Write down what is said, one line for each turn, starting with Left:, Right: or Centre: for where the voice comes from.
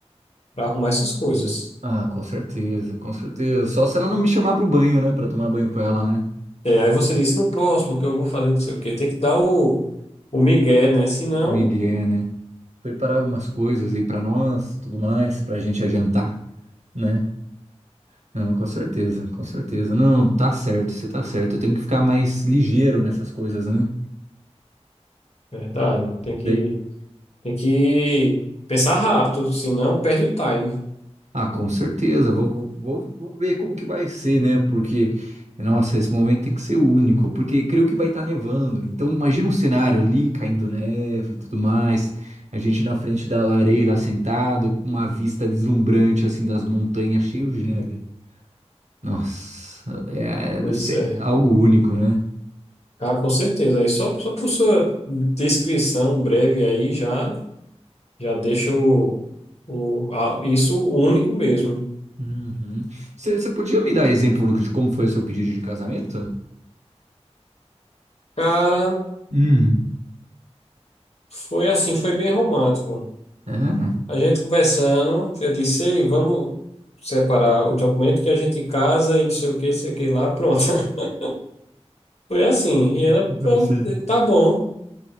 Left: para arrumar essas coisas.
Right: Ah, com certeza, com certeza. Só se ela não me chamar pro banho, né? Pra tomar banho com ela, né?
Left: É, aí você disse, no próximo, que eu vou fazer não sei o quê. Tem que dar o, o migué, né? Senão,
Right: O Miguel, né? Preparar algumas coisas aí pra nós, tudo mais, pra gente adiantar, né? Não, com certeza, com certeza. Não, tá certo, você tá certo. Eu tenho que ficar mais ligeiro nessas coisas, né?
Left: verdade, tem que
Right: Daí-
Left: Tem que pensar rápido, senão perde o time.
Right: Ah, com certeza. Vou, vou, vou ver como que vai ser, né? Porque, nossa, esse momento tem que ser único, porque creio que vai estar nevando. Então, imagina um cenário ali caindo neve e tudo mais. A gente na frente da lareira sentado, com uma vista deslumbrante, assim, das montanhas cheio de neve. Nossa, é,
Left: Pois é.
Right: é algo único, né?
Left: Ah, com certeza. Aí só, só por sua descrição breve aí já, já deixa o, o, a- isso único mesmo.
Right: Uhum. Você você podia me dar exemplo de como foi o seu pedido de casamento?
Left: Cara,
Right: Hum.
Left: foi assim, foi bem romântico.
Right: Ah,
Left: A gente conversando, eu disse, Ei, vamos separar o documento que a gente casa e não sei o que, sei o que lá, pronto. <laughs> Foi assim. E ela,
Right: <laughs>
Left: pronto,
Right: Sim.
Left: tá bom.